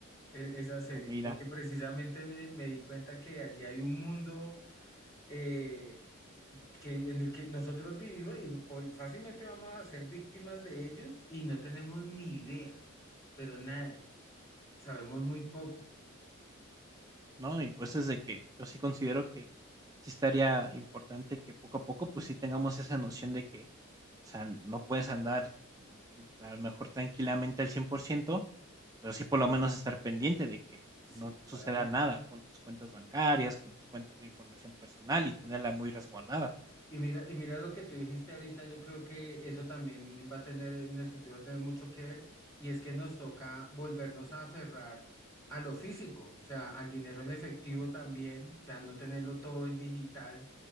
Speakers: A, on the left; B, on the right.
A: e- esa serie,
B: Ah, mira,
A: porque precisamente me, me di cuenta que allí hay un mundo. eh, que, en el que nosotros vivimos y po- fácilmente vamos a ser víctimas de ellos y no tenemos ni idea, pero nada, sabemos muy poco.
B: ¿no? Y pues es de que yo sí considero que sí estaría importante que poco a poco, pues sí tengamos esa noción de que, o sea, no puedes andar pues, a lo mejor tranquilamente al cien por ciento pero sí por lo menos estar pendiente de que
A: Sí,
B: pues, no
A: claro.
B: suceda nada con tus cuentas bancarias, con tus cuentas, tu información personal y tenerla muy resguardada.
A: Y mira, y mira lo que tú dijiste ahorita, yo creo que eso también va a tener en el futuro tener mucho que ver, y es que nos toca volvernos a aferrar a lo físico, o sea, al dinero en efectivo también, o sea, no tenerlo todo en digital,